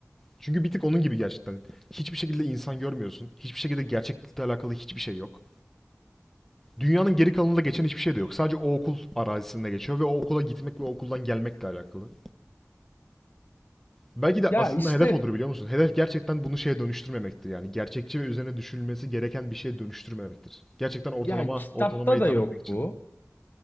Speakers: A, in the centre; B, on the left (about 40°).
A: Çünkü bir tık onun gibi gerçekten. Hiçbir şekilde insan görmüyorsun. Hiçbir şekilde gerçeklikle alakalı hiçbir şey yok. Dünyanın geri kalanında geçen hiçbir şey de yok. Sadece o okul arazisinde geçiyor ve o okula gitmek ve o okuldan gelmekle alakalı. Belki de
B: Ya
A: aslında
B: işte
A: hedef odur biliyor musun? Hedef gerçekten bunu şeye dönüştürmemektir yani. Gerçekçi ve üzerine düşünülmesi gereken bir şeye dönüştürmemektir. Gerçekten ortalama,
B: ya kitapta
A: ortalama hitap
B: da yok
A: etmek için.
B: bu.